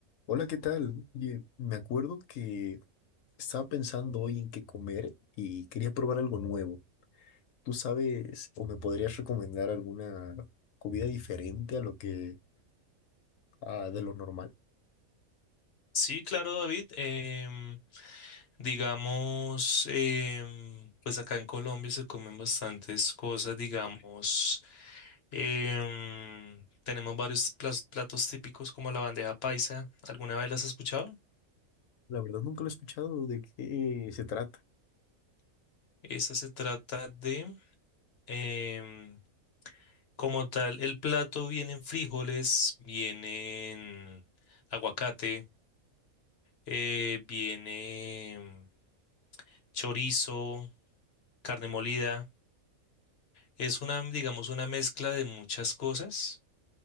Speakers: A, on the left (about 70°); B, on the left (about 50°).
A: Hola, ¿qué tal? Oye, me acuerdo que estaba pensando hoy en qué comer y quería probar algo nuevo. ¿Tú sabes o me podrías recomendar alguna comida diferente a lo que a, de lo normal?
B: Sí, claro, David. em, digamos, em, pues acá en Colombia se comen bastantes cosas, digamos. em, tenemos varios plas- platos típicos como la bandeja paisa. ¿Alguna vez las has escuchado?
A: La verdad nunca lo he escuchado de qué se trata.
B: Esa se trata de, em, como tal, el plato vienen frijoles, vienen aguacate, eh, viene chorizo, carne molida. Es una, digamos, una mezcla de muchas cosas,